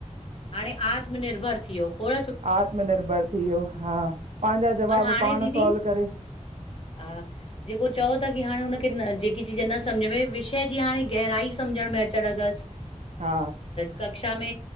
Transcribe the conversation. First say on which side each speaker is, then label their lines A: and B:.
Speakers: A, on the left; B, on the right.
A: हाणे आतमनिर्भर थी वियो खो
B: आत्मनिर्भर थी वियो हा पंहिंजा जवाब
A: और हाणे
B: पाण
A: दीदी
B: सॉल्व करे।
A: हा जेको चओ था की हाणे हुनखे न जेकी चीज न सम्झ में, विषय जी हाणे गहराई सम्झण में अचणु अॻसि
B: हा
A: कक्षा में